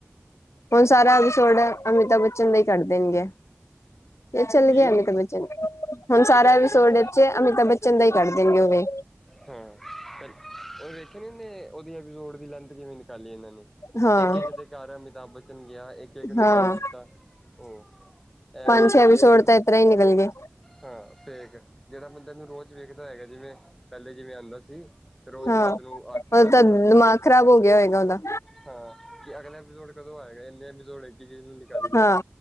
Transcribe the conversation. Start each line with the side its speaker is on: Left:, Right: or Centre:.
Left: ਹੁਣ ਸਾਰਾ
Centre: ਤੇ
Left: ਐਪੀਸੋਡ ਅਮਿਤਾਭ ਬੱਚਨ ਲਈ ਕਡ ਦੇਣਗੇ। ਏਹ ਚੱਲ
Centre: ਕੀ
Left: ਗਯਾ ਅਮਿਤ ਬੱਚਨ। ਹੁਣ
Centre: ਕੀ
Left: ਸਾਰਾ
Centre: ਕਹਿੰਦੇ
Left: ਐਵੀਸੋਡ
Centre: ਪਏ
Left: ਈਚ ਅਮਿਤਾਭ ਬੱਚਨ ਦਾ ਹੀ ਕਰ ਦੇਣਗੇ ਓਰੇ।
Centre: ਹਾਂ ਉਹ ਵੇਖੇ ਨੇੇ ਨੀ ਉਨੇ ਐਪੀਸੋਡ ਦੀ ਲੈਂਥ ਕਿਵੇਂ ਨਿਕਾਲੀ ਇਹਨਾ ਨੇ।
Left: ਹਾਂ
Centre: ਇੱਕ-ਇੱਕ ਦੇ ਘਰ ਅਮਿਤਾਭ ਬੱਚਨ ਗਿਆ ਇੱਕ-ਇੱਕ ਨੂੰ
Left: ਹਾਂ
Centre: ਤੰਗ ਕੀਤਾ। ਉਹ ਐਵੇਂ
Left: ਪੰਜ ਛੇ ਐਪੀਸੋਡ
Centre: ਫੇਕ
Left: ਤਾਂ ਇਤਰ੍ਹਾਂ ਹੀ ਨਿਕਲ ਗਏ
Centre: ਹਾਂ ਫੇਕ ਜਿਹੜਾ ਬੰਦਾ ਨੂੰ ਰੋਜ਼ ਵੇਖਦਾ ਹੈਗਾ ਜਿਵੇਂ ਪਹਿਲੇ ਜਿਵੇਂ ਆਉਂਦਾ ਸੀ ਰੋਜ਼
Left: ਹਾਂ
Centre: ਰਾਤ ਨੂੰ ਅੱਠ ਸਾਢੇ
Left: ਉਹ ਤਾਂ
Centre: ਸੱਤ
Left: ਦਿਮਾਗ
Centre: ਵਜੇ।
Left: ਖ਼ਰਾਬ ਹੋ ਗਿਆ ਹੋਏਗਾ ਉਹਦਾ
Centre: ਹਾਂ ਕਿ ਅਗਲਾ ਐਪੀਸੋਡ ਕਦੋਂ ਆਏਗਾ ਇੰਨੇ ਐਪੀਸੋਡ ਇਚ <unintelligible>
Left: ਹਾਂ